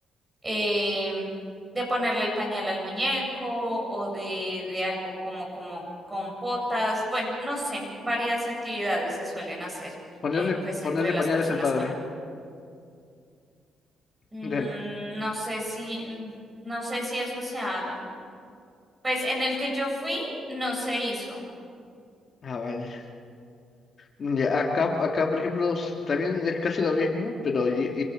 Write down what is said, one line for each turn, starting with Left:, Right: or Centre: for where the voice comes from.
Right: eh, de ponerle el pañal al muñeco o de, de algo como, como compotas, bueno, no sé, varias actividades se suelen hacer
Left: Ponerle,
Right: eh, pues
Left: ponerle
Right: entre las
Left: pañales
Right: personas
Left: al padre.
Right: que van. Mm,
Left: Dale.
Right: no sé si, mm, no sé si eso se haga. Pues en el que yo fui no se hizo.
Left: Ah, vale. Mm, Ya, acá, acá, por ejemplo, s- también es casi lo mismo, pero y-